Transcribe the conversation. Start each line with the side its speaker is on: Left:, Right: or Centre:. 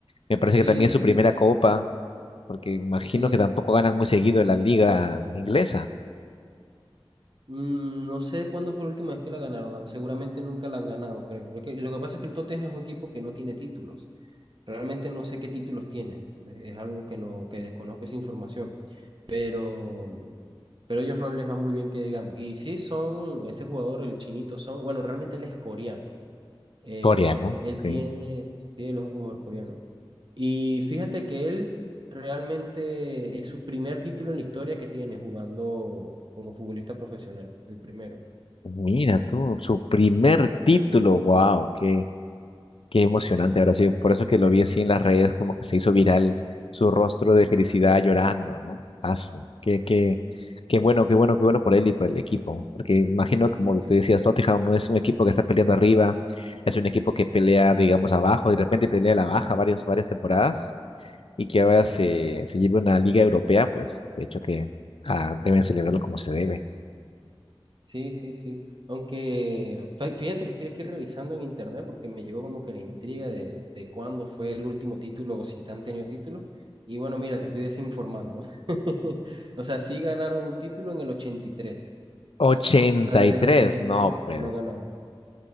Left: Me parece
Right: sí,
Left: que también es
Right: sí,
Left: su primera copa, porque imagino
Right: sí.
Left: que tampoco ganan muy seguido en la liga inglesa.
Right: Mm, no sé cuándo fue la última vez que la ganaron. ah, Seguramente nunca la han ganado, creo. Lo que, lo que pasa es que el Tottenham es un equipo que no tiene títulos. Realmente no sé qué títulos tiene. eh, Es algo que no, que desconozco esa información. Pero, pero ellos no les va muy bien que digamos. Y sí son, ese jugador, el chinito son, bueno, realmente él es coreano. eh,
Left: Coreano,
Right: él
Left: sí.
Right: tiene, sí, él es un jugador coreano. Y fíjate que él realmente es su primer título en la historia que tiene jugando como futbolista profesional, el primero.
Left: Mira tú, su primer título, wow, qué, Qué emocionante habrá sido. Por eso que lo vi así en las redes, como que se hizo viral su rostro de felicidad llorando, ¿no? Asu, qué, qué, qué bueno, qué bueno, qué bueno por él y por el equipo. Porque imagino, como
Right: Sí,
Left: tú decías, Tottenham no es un equipo que está peleando arriba, es un equipo que pelea, digamos, abajo, de repente pelea a la baja varios, varias temporadas y que ahora se, se lleve una liga europea, pues de hecho que ah, deben celebrarlo como se debe.
Right: sí, sí, sí. Aunque fí- fíjate que estoy aquí revisando en internet porque me llegó como que la intriga de, de cuándo fue el último título o si han tenido título Y bueno, mira, te estoy desinformando. <laughs> O sea, sí ganaron un título en el ochenta y tres
Left: 83,
Right: O sea, desde el ochenta y
Left: no,
Right: tres
Left: pues.
Right: no ganaban.